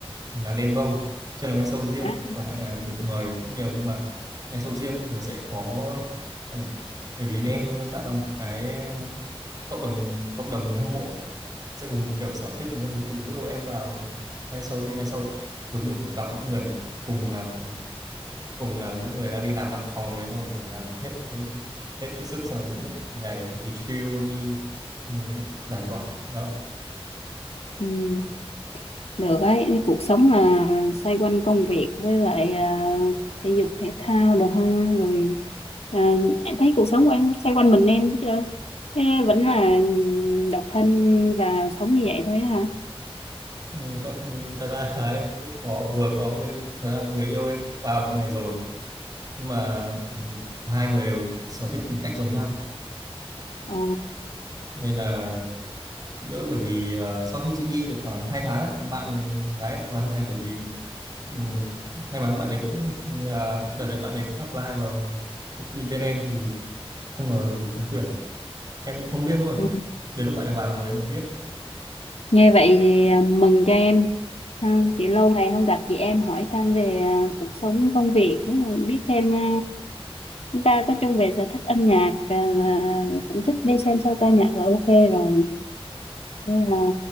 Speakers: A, on the right (about 40°); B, on the left (about 85°).
A: là Đen Vâu chưa làm live show riêng
B: à
A: còn lại là được mời cũng nhiều nhưng mà live show riêng thì sẽ có sao nhỉ bởi vì Đen luôn luôn tạo ra một cái ờ, cộng đồng cộng đồng người hâm mộ ấy. sẽ cùng kiểu sở thích cùng các thứ thì lúc đầu em vào live show đi live show ấy, giống như kiểu gặp những người mà cùng làm cùng là những người đang đi làm văn phòng này xong rồi kiểu làm hết ấy hết sức xong rồi đến lúc này phải đi chill đi ừ, giải tỏa đó
B: ừm, được ấy thì cuộc sống là xoay quanh công việc với lại ờ, thể dục thể thao đồ ha rồi ờ, em thấy cuộc sống của em xoay quanh mình em thấy chưa Thế vẫn là độc thân và sống như vậy thôi á hả
A: Ừ, không, ừ, thật ra là em cũng có vừa có người thật ra người yêu em cũng vào trong này rồi nhưng mà ừ, hai người đều sở thích tính cách giống nhau
B: Ờ,
A: nên là cũng đỡ bởi vì ờ, sau khi chị đi được khoảng 2 tháng ấy, thì bạn gái em cũng vào trong này bởi vì ừ, may mắn bạn ấy cũng ờ, đợt đấy bạn ấy cũng apply vào công ty bên em thì không ngờ được trúng tuyển em cũng không biết luôn
B: ừ.
A: đến lúc bạn ấy vào rồi em mới biết
B: nghe vậy thì ờ, mừng cho em À, chị lâu ngày không gặp chị em hỏi thăm về à, cuộc sống công việc cũng biết thêm à, chúng ta có chung về sở thích âm nhạc à, là cũng thích đi xem show ca nhạc là ok rồi nên là